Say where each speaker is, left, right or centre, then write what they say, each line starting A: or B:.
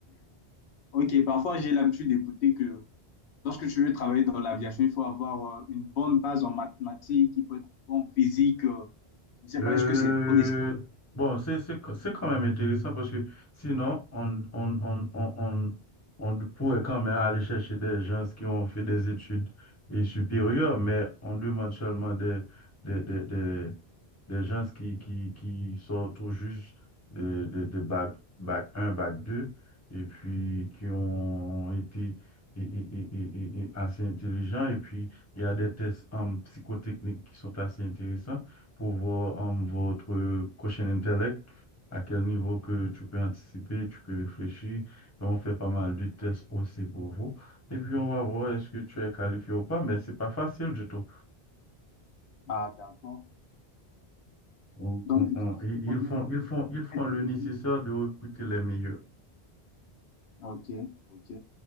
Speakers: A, on the left; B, on the left.
A: Ok, parfois j'ai l'habitude d'écouter que lorsque tu veux travailler dans l'aviation, il faut avoir euh, une bonne base en mathématiques, il faut être bon en physique. euh, je ne sais
B: Euh,
A: pas, est-ce que c'est trop nécessaire?
B: bon, c'est, c'est, c'est quand même intéressant parce que sinon, on, on, on, on, on, on pourrait quand même aller chercher des gens qui ont fait des études et supérieures, mais on demande seulement des, des, des, des, des gens qui, qui, qui sortent tout juste de, de, de bac, bac un bac 2 et puis qui ont été et- et- et- et- et- et assez intelligents. Et puis, il y a des tests en psychotechnique qui sont assez intéressants pour voir euh, votre prochain intellect, à quel niveau que tu peux anticiper, tu peux réfléchir. Donc, on fait pas mal de tests aussi pour vous. Et puis, on va voir est-ce que tu es qualifié ou pas, mais c'est pas facile du tout.
A: Ah, d'accord.
B: On-
A: Donc,
B: on-
A: si
B: on-
A: je
B: ils
A: comprends
B: ils font,
A: bien, les
B: ils
A: tests
B: font,
A: sont
B: ils font
A: très
B: le
A: difficiles.
B: nécessaire de recruter les meilleurs.
A: Ok, ok.